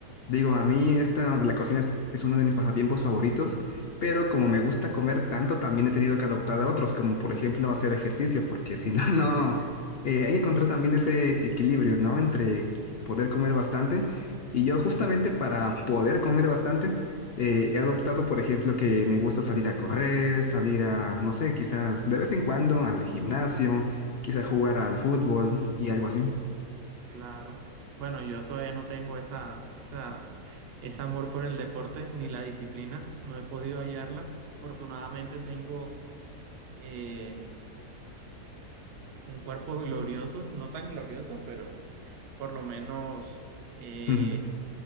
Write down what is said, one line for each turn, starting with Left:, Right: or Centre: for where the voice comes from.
Left: Digo, a mí esta de la cocina es, es uno de mis pasatiempos favoritos, pero como me gusta comer tanto, también he tenido que adoptar a otros, como por ejemplo hacer ejercicio, porque si no, <laughs> no, eh, hay que encontrar también ese equilibrio, ¿no? Entre poder comer bastante. Y yo justamente
Right: Y,
Left: para poder comer bastante, eh, he adoptado, por ejemplo, que me gusta salir a correr, salir a, no sé, quizás de vez en cuando al gimnasio, quizás jugar al fútbol y algo así.
Right: claro, bueno, yo todavía no tengo esa, esa, ese amor por el deporte ni la disciplina, no he podido hallarla. Afortunadamente tengo eh, un cuerpo glorioso, no tan glorioso, pero por lo menos... eh,
Left: <laughs>